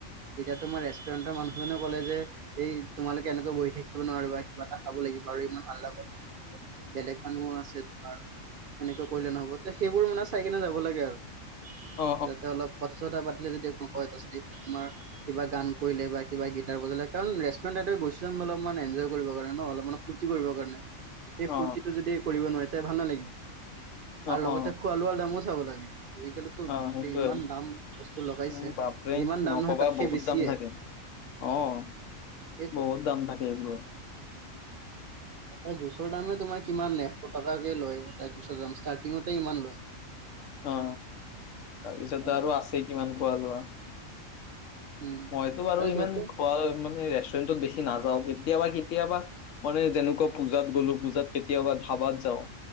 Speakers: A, on the right (about 60°); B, on the left (about 70°).
A: এতিয়া তোমাৰ ৰেষ্টুৰেণ্টৰ মানুহজনে ক'লে যে, এই তোমালোকে এনেকৈ বহি থাকিব নোৱাৰিবা কিবা এটা খাব লাগিব। বাৰু ইমান হাল্লা কৰিলে নহ'ব। বেলেগ মানুহো আছে তোমাৰ। এনেকুৱা কৰিলে নহ'ব তে, সেইবোৰ মানে চাই কেনে যাব লাগে আৰু।
B: অ অ
A: যাতে অলপ কথা। ছথা পাতিলে যদি কোনোবা এটা <unintelligible> তোমাৰ কিবা গান কৰিলে, বা কিবা গিটাৰ বজালে। কাৰণ ৰেষ্টুৰেণ্ট গৈছো আম অলপমান এঞ্জয় কৰিব কাৰণে ন? অলপমান ফুৰ্তি কৰিব কাৰণে। সেই ফূৰ্তিটো
B: অ
A: যদি কৰিব নোৱাৰি! তে ভাল নালাগে
B: অ অ
A: আৰু লগতে
B: অ
A: খোৱা-লোৱাৰ দামো চাব লাগে। আজিকালিটো,
B: অ
A: বাপৰে
B: সেইটোয়ে
A: ইমান দাম বস্তু লগাইছে।
B: উম, বাপৰে
A: যিমান দাম
B: নকবা
A: নহয় তাতকে
B: বহুত
A: বেছিয়ে।
B: দাম থাকে অ'
A: তাকেইতো
B: বহুত দাম থাকে এইবোৰৰ।
A: এটা জুচৰ দামে তোমাৰ কিমান এশ টকাকে লয়। এটা জুচৰ দাম ষ্টাৰ্টিঙতে ইমান লয়।
B: অ' তাৰপিছত
A: হয়
B: আৰু আছে কিমান খোৱা-লোৱা।
A: উম
B: মইতো বাৰু
A: আৰু সিহঁতে
B: ইমান খোৱা মানে। ৰেষ্টোৰেণ্টত বেছি নাযাও, কেতিয়াবা কেতিয়াবা মানে যেনেকুৱা পূজাত গ'লো, পূজাত কেতিয়াবা ধাবাত। যাও।